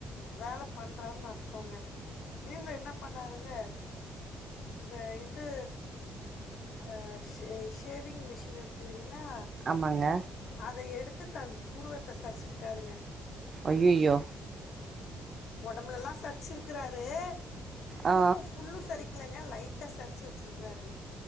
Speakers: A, on the left (about 70°); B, on the right (about 40°).
A: வேல பண்றாருனு அர்த்தோங்க லீவ்ல என்ன பண்ணாருங்க இந்த இது அ ஷ ஷேவிங் மிஷின் இருக்கு இல்லிங் ளா
B: ஆமாங்க
A: அத எடுத்து அந்த புருவத்த சரிச்சுக்கிட்டாருங்க
B: ஐயயோ
A: ஒடம்புல எல்லா சரிச்சிருக்குறாரு
B: ஆ
A: புருவோ ஃபுல்லு சரி க்கலங்க லைட்டா சரிச்சு வச்சுட்றாருங்க